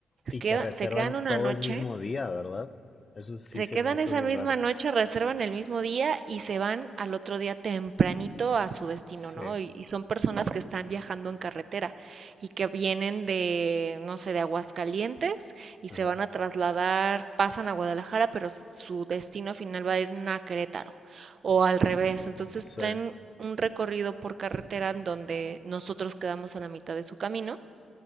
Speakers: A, on the left; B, on the right.
A: y
B: quedan-
A: que reservan
B: se quedan una
A: todo
B: noche
A: el mismo día, ¿verdad? Eso sí
B: se
A: se
B: quedan
A: me hizo
B: esa
A: bien
B: misma
A: raro.
B: noche, reservan el mismo día y se van al otro día tempranito a su destino,
A: Sí,
B: ¿no? Y, y son personas que están viajando en carretera y que vienen de, no sé, de Aguascalientes y
A: ajá,
B: se van a trasladar, pasan a Guadalajara, pero su destino final va a ir a Querétaro o al revés. Entonces
A: sí.
B: traen un recorrido por carretera en donde nosotros quedamos a la mitad de su camino